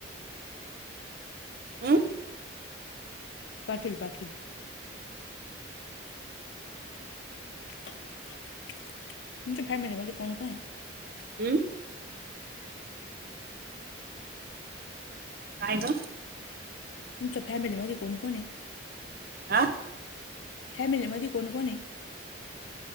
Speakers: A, on the right; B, on the left.
A: हम्म
B: पाटील पाटील तुमच्या फॅमिलीमध्ये कोण कोण आहे?
A: हम्म काय ग?
B: तुमच्या फॅमिलीमध्ये कोण कोणी आहे?
A: हा
B: फॅमिलीमध्ये कोण कोण आहे?